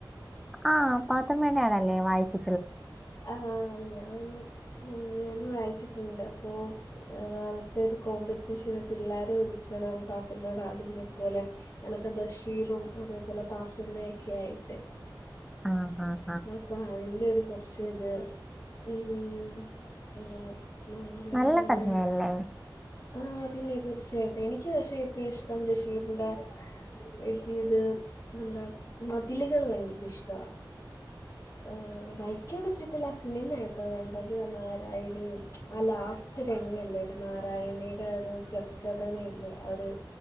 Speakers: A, in the centre; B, on the left.
A: ആഹ് പാത്തുമ്മേന്റെ ആടെല്ലേ വായിച്ച്
B: ആഹ് ഞാൻ ഞാനും വായിച്ചിട്ട്ണ്ട് അപ്പോം നാളെത്തെ ഒരു കോമ്പെറ്റീഷെന് പിള്ളാരെ ഒരുക്കണം പാത്തുമ്മേടെ ആടിനെ പോലെ അന്നത്തെ ബഷീറും അതേപോലെ പാത്തുമ്മയെക്കെ ആയിട്ട്
A: ആഹ് ആഹ് ആഹ്
B: അപ്പൊ അതിൽ ക്കെരു പക്ഷേ ഇത് <unintelligible> നാളെ
A: നല്ല
B: ഇങ്ങനെ
A: കഥയല്ലേ
B: ആഹ് പിന്നെ തീർച്ചയായിട്ടും, എനിക്ക് പക്ഷേ ഏറ്റവും ഇഷ്ടം ബഷീറിന്റെ എഴുതിയത് നമ്മുടെ മതിലികള് ഭയങ്കര ഇഷ്ട ആഹ് വായി വായിക്കാൻ പറ്റത്തില്ല ആ സിനിമയാട്ടോ കണ്ടത് നാരായണിയും ആ ലാസ്റ്റ് രംഗം ഇല്ലേ നാരായണീടെ ഒരു ഗഗ്‌ഥനവില്ലേ അവര്